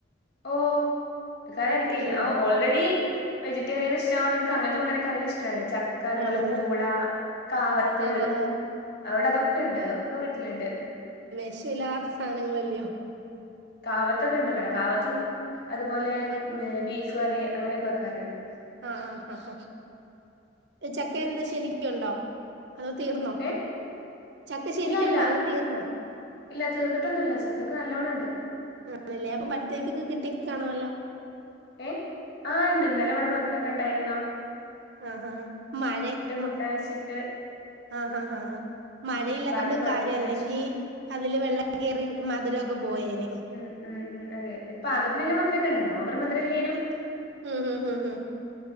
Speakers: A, on the left; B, on the right.
A: ഓ, ഓം. കര.
B: വെക്കും
A: എനിക്ക്.
B: ഉം
A: ഓ. Already vegetarian. ഇഷ്ടവോന്ന്. എനിക്ക് അങ്ങൻത്തെ. കൂട്ടാനല്ലഇഷ്ടണ് ചക്ക. അതുപോലെ.
B: ആണാണ്
A: പൂള. കാവത്ത്
B: ആഹ് ആഹ്
A: അവിടെ അതൊക്കെ ഇണ്ട് ഒക്കെ വീട്ടില്ണ്ട്
B: <unintelligible> സാനങ്ങളല്ലയോ
A: കാവത്തൊക്കെ. ഉണ്ട് വിടെ കാവത്തും അതുപോലെ
B: ആ
A: ബീഫ് കറീ. അങ്ങനെയൊക്കെ -വെക്കാറുണ്ട്
B: ആഹ് ആഹ് ആ ചക്ക എന്താ ശരിക്കുണ്ടോ അതോ തീർന്നോ
A: ഏ
B: ചക്ക ശരിക്കുണ്ടോ
A: ഇല്ല ഇല്ല
B: അതോ തീർന്നോ
A: ഇല്ല തീർന്നിട്ടൊന്നും ഇ ചക്കക്ക് നല്ലോണ്ണം ഉണ്ട്
B: ആണല്ലേ അപ്പൊ പഠത്തേക്കൊക്ക കിട്ടി കാണല്ലോ
A: ഏയ് ആ് ഉണ്ട് ഇന്നലെ ഇവിടെ പൗത്തേക്ക ഉണ്ടായിരുന്നോ
B: ആഹ് ഹാ് മഴെ മ
A: കൂട്ടാൻ വെച്ചിട്ട്
B: ആഹ ആാ ആ ആ മഴയില്ലാത
A: ഉം ബാക്കി
B: കൊണ്ട്
A: പഴുപ്പിച്ച്
B: കാര്യം അല്ലെങ്കിൽ
A: വെച്ചു
B: അതില് വെള്ളം കയറി മധുരമൊക്കെ പോയേനെ
A: ഉം ഉം ഉം അതെ പാകത്തിനെല്ലാം മധുരമക്കെ ഉണ്ടെന്നോ ഓവർ മധുരമല്ലേനും
B: ഉം ഉ ഉം ഉ